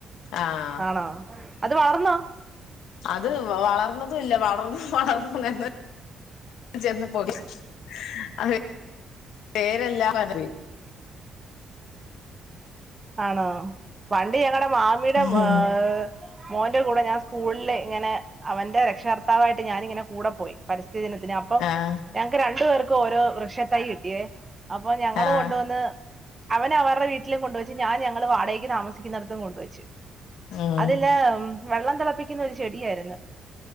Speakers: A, on the left; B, on the right.
A: ആഹ്
B: ആണോ അത് വളർന്നോ
A: അത് വളർന്നതും ഇല്ല വളർന്ന് വളർന്ന് <unintelligible> പേരെല്ലാം വെതറി
B: ആണോ പണ്ട് ഞങ്ങളുടെ മാമീടെ <unintelligible>
A: ഉം
B: മോന്റെ കൂടെ ഞാൻ സ്കൂൾല് ഇങ്ങനെ അവന്റെ രക്ഷാകർത്താവായിട്ട് ഞാനിങ്ങനെ കൂടെ പോയി പരിസ്ഥിതി ദിനത്തിന് അപ്പം
A: ആഹ്
B: ഞങ് ക്ക് രണ്ടു പേർക്കും ഓരോ വൃക്ഷത്തൈ കിട്ടിയേ അപ്പൊ ഞങ്ങള്കൊണ്ടുവന്ന്
A: ആഹ്
B: അവന് അവറ്ടെ വീട്ടിലും കൊണ്ടുവെച്ച് ഞാൻ ഞങ്ങള് വാടകയ്ക്ക് താമസിക്കുന്നടത്തും കൊണ്ടുവെച്ചു
A: ഉം
B: അതില് വെള്ളം തിളപ്പിക്കുന്ന ഒരു ചെടിയായിരുന്ന്